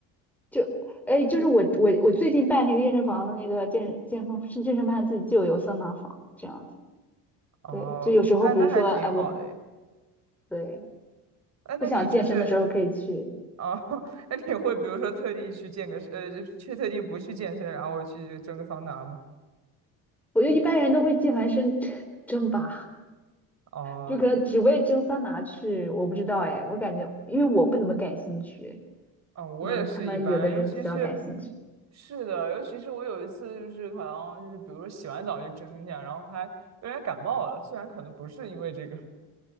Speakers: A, in the centre; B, on the right.
A: 就哎就是我我我最近办那个健身房的那个健健身是健身房自己就有桑拿房这样子，
B: 哦，
A: 对，就有时候比如说哎我
B: 哎，那还挺好的诶。
A: 对
B: 哎，那你就是
A: 不想健身的时候可以去，
B: 哦，<laughs> 那你会比如说特地去健个身，呃，就去特地不去健身，然后去蒸个桑拿吗？
A: 我觉得一般人都会健完身 <laughs> 蒸吧。
B: 哦。
A: 就可能只为蒸桑拿去，我不知道哎，我感觉因为我不怎么感兴趣，
B: 嗯，我也是一般，
A: 可能他们有的人比较感兴趣。
B: 尤其是，是的，尤其是我有一次就是好像就是比如说洗完澡就蒸一下，然后还有点感冒了，虽然可能不是因为这个